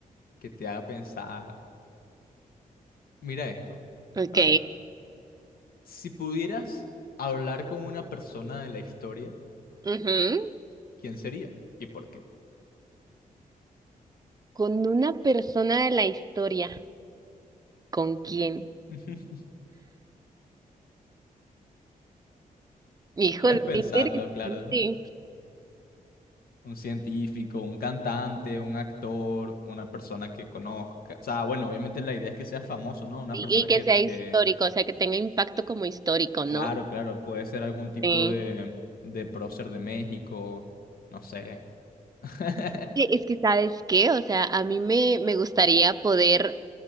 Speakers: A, on the left; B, on the right.
A: que te haga pensar. Mira esto.
B: Ok.
A: A ver, si pudieras hablar con una persona de la historia,
B: Ujú.
A: ¿quién sería? ¿Y por qué?
B: Con una persona de la historia. ¿Con quién?
A: <laughs>
B: Híjole,
A: Puedes pensarlo,
B: qué interesante.
A: claro.
B: Y,
A: Un científico, un cantante, un actor, una persona que conozca. O sea, bueno, obviamente la idea es que sea famoso, ¿no? Una
B: y
A: persona
B: que
A: que,
B: sea histórico,
A: que
B: o sea, que tenga impacto como histórico, ¿no?
A: claro, claro, puede ser algún tipo
B: Sí.
A: de, de prócer de México, no sé. <laughs>
B: Sí, Es que, ¿sabes qué? O sea, a mí me, me gustaría poder,